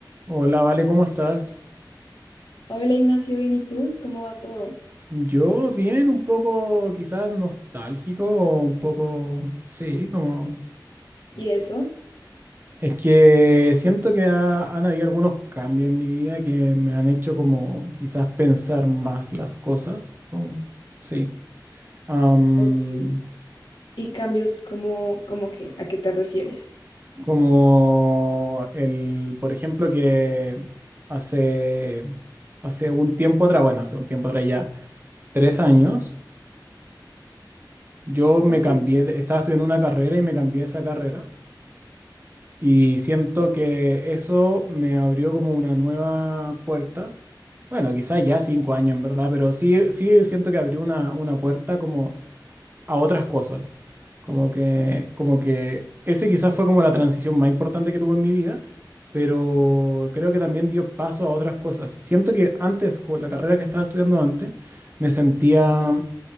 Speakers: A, on the right; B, on the left.
A: Hola, Vale, ¿cómo estás?
B: Hola Ignacio, bien, ¿y tú? ¿Cómo va todo?
A: Yo bien, un poco quizás nostálgico, o un poco, sí, como...
B: ¿Y eso?
A: Es que siento que ha- han habido algunos cambios en mi vida que me han hecho como quizás pensar más las cosas, como, sí. Am,
B: Ok. ¿Y cambios como, como que, a qué te refieres?
A: como el, por ejemplo, que hace, hace un tiempo atrás, bueno, hace un tiempo atrás ya, tres años. Yo me
B: Ok.
A: cambié, de- estaba estudiando una carrera y me cambié a esa carrera y siento que eso me abrió como una nueva puerta. Bueno, quizás ya cinco años en verdad, pero sí, sí siento que abrió una, una puerta como a otras cosas. Como que, como que ese quizás fue como la transición más importante que tuve en mi vida, pero creo que también dio paso a otras cosas. Siento que antes, con la carrera que estaba estudiando antes, me sentía